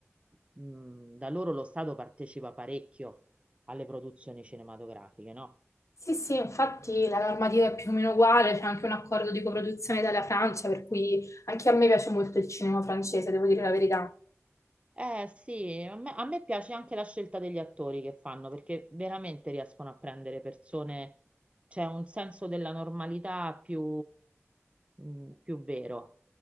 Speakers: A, on the right; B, on the left.
A: mh, da loro lo Stato partecipa parecchio alle produzioni cinematografiche, no?
B: Sì, sì, infatti la normativa è più o meno uguale, c'è anche un accordo di coproduzione Italia-Francia, per cui anche a me piace molto il cinema francese, devo dire la verità.
A: Eh sì, a me, a me piace anche la scelta degli attori che fanno perché veramente riescono a prendere persone, c'è un senso della normalità più, mh, più vero.